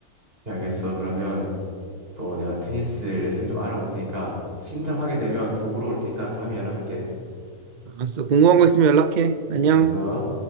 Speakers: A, on the right (about 40°); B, on the right (about 75°).
A: 네, 알겠어. 그러면 또 내가 테니스 레슨 좀 알아볼 테니까 신청하게 되면 또 물어볼 테니까 다음에 연락할게.
B: 알았어. 궁금한 거 있으면 연락해.
A: 음,
B: 안녕.
A: 알겠어.